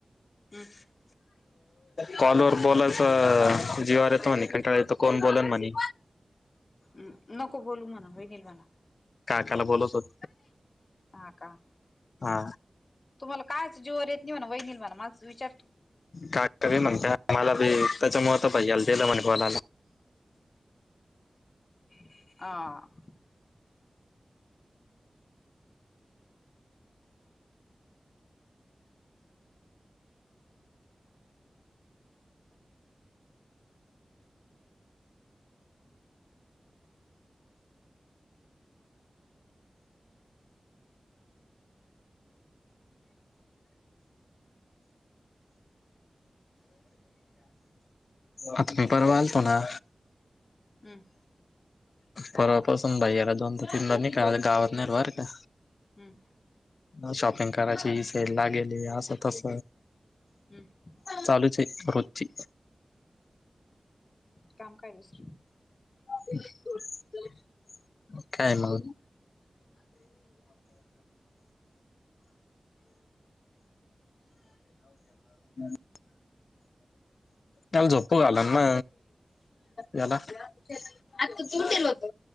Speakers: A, on the left; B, on the left.
A: <unintelligible>
B: कॉलवरर बोलायचं जीवावर येत म्हणे कंटाळ येतो कोण बोलाल म्हणे
A: म नको बोलू म्हणा वहिनीला म्हणा
B: काकाला बोलस होत.
A: हा का.
B: हा.
A: तुम्हाला कायच जीवर येत नाही म्हणा वईनील म्हणा मला विचार
B: का क म्हणते आम्हाला बी त्याच्यामुळेळ तर पहि्याला दिलं म्हणे कॉल आला
A: <unintelligible>
B: आता मी परवा आलतो ना.
A: हम्म.
B: परवापासून बाला दोनदा तीनदा नईका गावात नाही बर का.
A: हम्म.
B: शॉपिंग करायची सेल ला आलेली असं तस.
A: हम्म
B: चालूच आहे रोजची.
A: काम काय दुसरं
B: <inaudible> काय मग. <unintelligible> त्याला झोपु घालाना याला होत